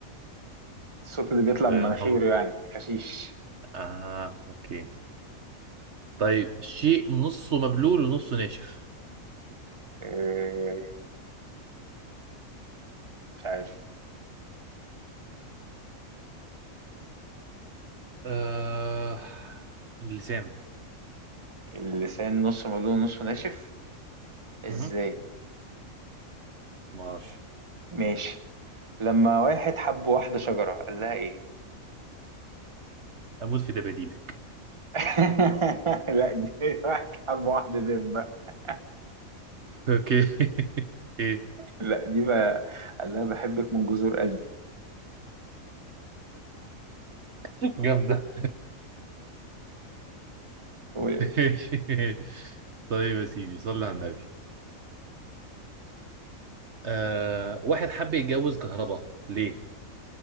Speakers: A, on the right; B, on the right.
A: الصوت اللي بيطلع
B: فاهم
A: من مناخيره
B: هبط
A: يعني خشيش
B: اه اوكي طيب شيء نصه مبلول ونصه ناشف
A: آه، مش عارف
B: آه اللسان
A: اللسان نص مبلول نص ناشف ازاي
B: مهم. ما اعرفش
A: ماشي لما واحد حب واحدة شجرة قال لها ايه
B: اموت في دباديبي
A: <laughs> لا دي واحد حب واحدة دبة <laughs>
B: اوكي <laughs> ايه
A: لا دي بقى قال لها بحبك من جذور قلبي
B: <laughs> جامدة
A: قول يا
B: <laughs>
A: باشا
B: ماشي طيب يا سيدي صلي على النبي آه واحد حب يتجوز كهرباء ليه؟